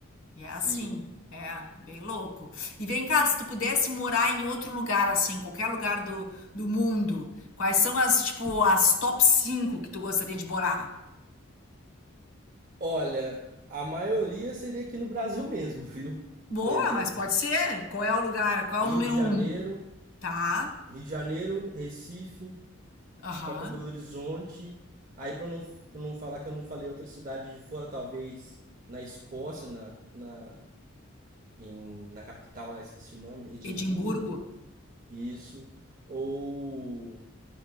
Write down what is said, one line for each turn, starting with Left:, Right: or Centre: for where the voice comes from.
Left: E é
Right: Sim.
Left: assim, é, bem louco. E vem cá, se tu pudesse morar em outro lugar, assim, qualquer lugar do, do mundo, quais são as, tipo, as top 5 que tu gostaria de morar?
Right: Olha, a maioria seria aqui no Brasil mesmo, viu?
Left: Boa,
Right: Por exemplo,
Left: mas pode ser. Qual é o lugar? Qual
Right: Rio
Left: é o número
Right: de Janeiro,
Left: um? Tá.
Right: Rio de Janeiro, Recife,
Left: Aham.
Right: a própria Belo Horizonte. Aí para não, pra não falar que eu não falei outra cidade de fora, talvez na Escócia, na, na, em, na capital lá, esqueci o nome, Edimburgo,
Left: Edimburgo.
Right: isso. Ou